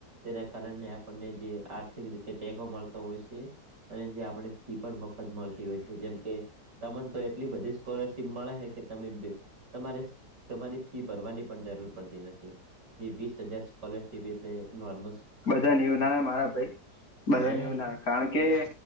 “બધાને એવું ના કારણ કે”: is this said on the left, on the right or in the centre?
Left